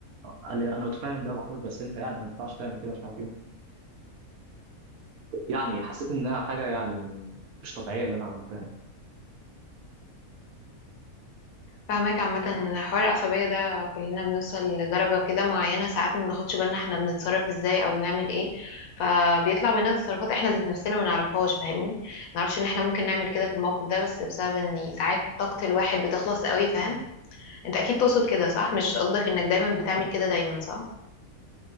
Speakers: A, on the right (about 75°); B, on the left (about 70°).
A: قال لي انا متفاهم ده يا محمود بس انت يعني ما ينفعش تعمل كده مش عارف ايه يعني حسيت انها حاجه يعني مش طبيعيه اللي انا عملتها
B: فاهمك عامة حوار العصبية ده كلنا بنوصل لدرجة كده معينة ساعات ما بناخدش بالنا احنا بنتصرف ازاي او نعمل ايه فبيطلع مننا تصرفات احنا ذات نفسنا ما نعرفهاش فاهمني ما نعرفش ان احنا ممكن نعمل كده في الموقف ده بس بسبب ان ساعات طاقة الواحد بتخلص قوي فاهم انت اكيد تقصد كده صح مش قصدك انك دايما بتعمل كده دايما صح